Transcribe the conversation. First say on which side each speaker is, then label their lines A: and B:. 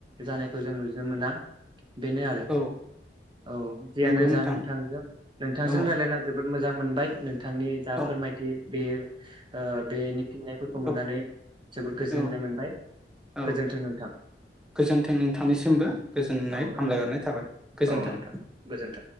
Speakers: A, on the right; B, in the centre.
A: जानायखौ जों नु नो मोना। बेनो आरो
B: औ
A: औ जियानो
B: नंगौ नोंथां
A: जा नोंथांजों नोंथांजों
B: औ
A: रायलायना जोबोद मोजां मोनबाय। बिथांनि जा
B: औ
A: फोरमायथि। बेयो ओ बेनि फिननायफोरखौ मोननानै
B: औ
A: जोबोर गोजोननाय
B: औ
A: मोनबाय
B: औ
A: गोजोन्थों नोंथां।
B: गोजोन्थों नोंथांनिसिमबो गोजोननाय
A: औ नोंथां
B: हामलायहरनाय थाबाय गोजोन्थों।
A: औ नोंथां गोजोन्थों।